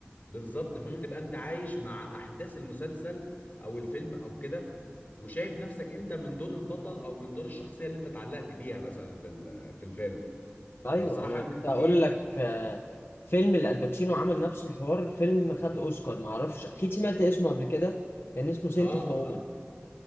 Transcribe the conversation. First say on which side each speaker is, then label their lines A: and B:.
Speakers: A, on the left; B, on the left.
A: بالظبط فبتبقى
B: امم
A: أنت عايش مع أحداث المسلسل أو الفيلم أو كده وشايف نفسك أنت من دور البطل أو من دور الشخصية اللي أنت اتعلقت بيها مثلا في ال- في الفيلم
B: ايوه
A: فبصراحه
B: انا
A: الناس
B: كنت
A: دي
B: هقول لك آه، فيلم الالباتشينو عمل نفس الحوار الفيلم خد اوسكار ما اعرفش اكيد سمعت اسمه قبل كده كان اسمه سينت
A: اه
B: اوف وومن
A: اه